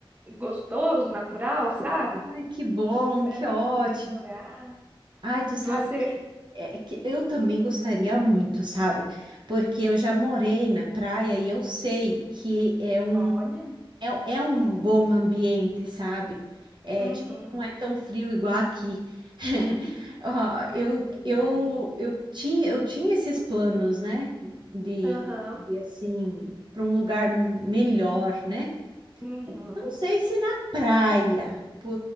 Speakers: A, on the right (about 20°); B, on the right (about 55°).
A: gostoso, natural, sabe?
B: Ai, que bom,
A: Para
B: que
A: me
B: ótimo.
A: poder morar.
B: Ai, tu sabe
A: Você?
B: que, é, que eu também gostaria muito, sabe? Porque eu já morei na praia e eu sei que é um
A: Olha,
B: É, é um bom ambiente, sabe? É,
A: Uhum.
B: tipo, não é tão frio igual aqui. <laughs> Ó, eu,
A: é verdade.
B: eu, eu tinha, eu tinha esses planos, né? De
A: Aham,
B: ir assim, para um lugar melhor, né?
A: uhum,
B: Não sei se na praia, pô,